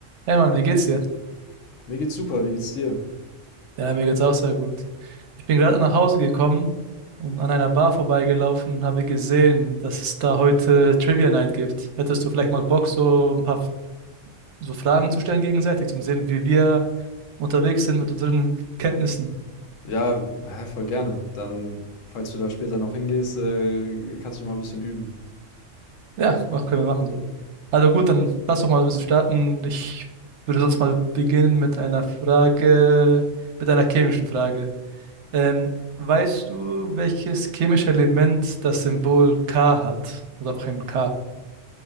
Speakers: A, on the right; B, on the left.
A: Hey Mann, wie geht's dir?
B: Mir geht's super, wie geht's dir?
A: Ja, mir geht's auch sehr gut. Ich bin gerade nach Hause gekommen und an einer Bar vorbeigelaufen und habe gesehen, dass es da heute Trivia Night gibt. Hättest du vielleicht mal Bock, so ein paar F- so Fragen zu stellen gegenseitig, um zu sehen, wie wir unterwegs sind mit unseren Kenntnissen?
B: Ja, hä, voll gerne. Dann, falls du da später noch hingehst, äh, kannst du mal ein bisschen üben.
A: Ja, was können wir machen so. Also gut, dann lass doch mal ein bisschen starten. Ich würde sonst mal beginnen mit einer Frage, mit einer chemischen Frage. Ähm, weißt du, welches chemische Element das Symbol K hat? Also einfach ein K.